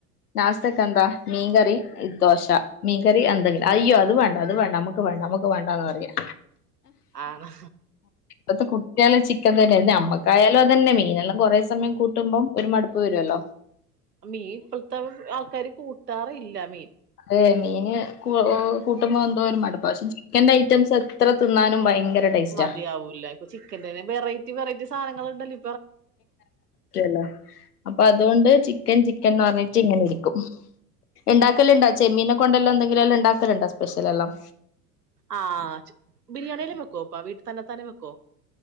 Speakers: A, on the left; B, on the right.
A: നാസ്തക്കെന്താ മീൻ കറി ദോശ മീൻകറി എന്തെങ്കിലും അയ്യോ അത് വേണ്ട അത് വേണ്ട നമുക്ക് വേണ്ട നമുക്ക് വേണ്ടാന്ന പറയാ
B: ആന്ന
A: ഇത്തെ കുട്ടിയാലും ചിക്കൻ തന്നെയായി നമ്മക്കായാലും അതന്നെ മീനെല്ലാം കുറേ സമയം കൂട്ടുമ്പോ ഒരു മടുപ്പ പ്പു വരുവല്ലോ
B: മീൻ ഇപ്പൾത്ത ആൾക്കാര് കൂട്ടാറില്ല മീൻ
A: ഏ മീന് കൂട്ടുമ്പോൾ എന്തോ ഒരു മടുപ്പ പക്ഷെ ചിക്കന്റെ ഐറ്റംസ് എത്ര തിന്നാനും ഭയങ്കര ടേസ്റ്റാ
B: മതിയാവൂല ഇപ്പൊ ചിക്കന്റെ തന്നെ വെറൈറ്റി വെറൈറ്റി സാധനങ്ങൾ ഇണ്ടല്ലോ
A: റ്റല്ലോ അപ്പൊ അതുകൊണ്ട് ചിക്കൻ ചിക്കൻന്ന് പറഞ്ഞിട്ട് ഇങ്ങനെ ഇരിക്കും ഉണ്ടാക്കലണ്ടോ ചെമ്മീൻ കൊണ്ടെല്ലാം എന്തെങ്കിലും എല്ലാം ഉണ്ടാക്കലണ്ടോ സ്പെഷ്യൽ എല്ലാം
B: ആ ബിരിയാണിയെല്ലാം വെക്കോ അപ്പ വീട്ടിൽ തന്നെ താനെ വെക്കോ